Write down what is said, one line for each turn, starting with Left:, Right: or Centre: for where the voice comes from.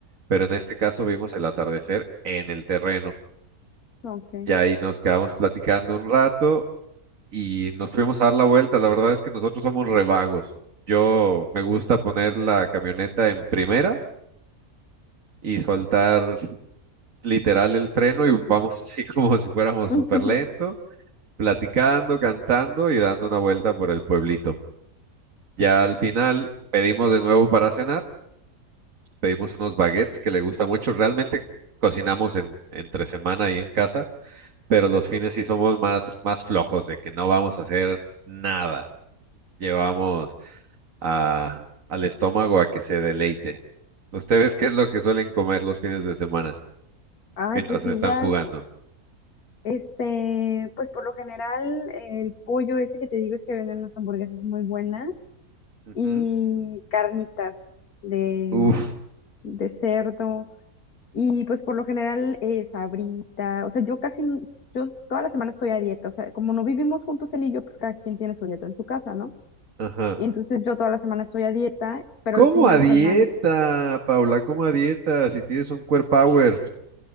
Right: Pero en este caso vimos el atardecer en el terreno.
Left: Ok.
Right: Ya ahí nos quedamos platicando un rato y nos fuimos a dar la vuelta. La verdad es que nosotros somos revagos. Yo me gusta poner la camioneta en primera y soltar literal el freno y vamos <laughs> así como si fuéramos
Left: <laughs>
Right: súper lento, platicando, cantando y dando una vuelta por el pueblito. Ya al final pedimos de nuevo para cenar, pedimos unos baguettes que le gusta mucho. Realmente cocinamos en, entre semana y en casa, pero los fines sí somos más, más flojos de que no vamos a hacer nada. llevamos a, al estómago a que se deleite. ¿Ustedes qué es lo que suelen comer los fines de semana
Left: Ay,
Right: mientras
Left: pues
Right: están
Left: igual,
Right: jugando?
Left: este, pues por lo general el pollo ese que te digo es que venden las hamburguesas muy buenas
Right: Ujú.
Left: y carnitas de,
Right: Uf,
Left: de cerdo y pues por lo general eh, sabrita, o sea, yo casi, n- yo toda la semana estoy a dieta, o sea, como no vivimos juntos él y yo, pues cada quien tiene su dieta en su casa, ¿no?
Right: ajá.
Left: Y entonces yo toda la semana estoy a dieta, pero
Right: ¿Cómo
Left: los fines
Right: a
Left: de
Right: dieta,
Left: semana,
Right: Paula? ¿Cómo a dieta? Si tienes un core power.